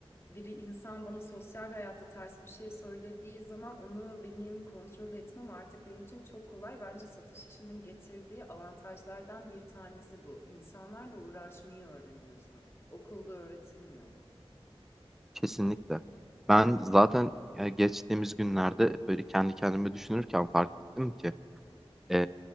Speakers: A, on the left; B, in the centre.
A: Biri insan bana sosyal hayatta ters bir şey söylediği zaman onu benim kontrol etmem artık benim için çok kolay. Bence satış işinin getirdiği avantajlardan bir tanesi bu. İnsanlarla uğraşmayı öğreniyorsun. Okulda öğretilmiyor bu.
B: Kesinlikle. Ben zaten e, geçtiğimiz günlerde böyle kendi kendime düşünürken fark ettim ki e,